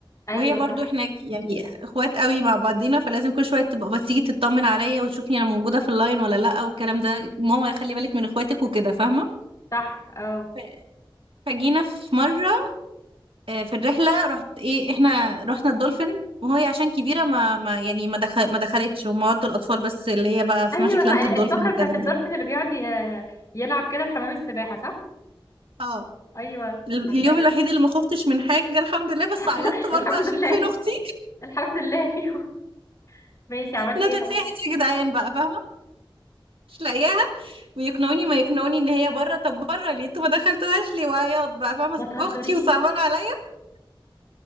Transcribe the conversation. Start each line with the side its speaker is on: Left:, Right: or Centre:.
Left: ايوه
Right: وهي برضو
Left: صح
Right: احنا يعني اخوات قوي مع بعضينا فلازم كل شويه تبقى بتيجي تطمن عليا وتشوفني انا موجوده في اللاين ولا لا والكلام ده ماما خلي بالك من اخواتك وكده فاهمه
Left: صح اه
Right: ف- فجينا في مره آه، في الرحله رحت ايه احنا رحنا الدولفين وهي عشان كبيره ما, ما يعني ما, دخل ما دخلتش هم ودوا الاطفال بس اللي هي بقى في
Left: ايوه
Right: ماجيك لاند
Left: صح ال-
Right: الدولفين
Left: الفقره
Right: والكلام
Left: بتاعت الدولفين
Right: ده
Left: اللي بيقعد ي- يلعب كده في حمام السباحه صح
Right: اه
Left: ايوه
Right: ال- اليوم
Left: عارفاه
Right: الوحيد اللي ما خفتش من حاجه الحمد لله بس عيطت
Left: <laughs>
Right: برضه
Left: الحمد
Right: عشان
Left: لله
Right: فين اختي
Left: الحمد لله فيهم ماشي عملت
Right: ندى
Left: ايه بقى
Right: تاهت يا جدعان بقى فاهمه مش لاقياها ويقنعوني ما يقنعوني ان هي بره طب بره ليه انتوا ما دخلتوهاش ليه وعياط بقى فاهمه
Left: ما تهزريش
Right: اختي وصعبان عليا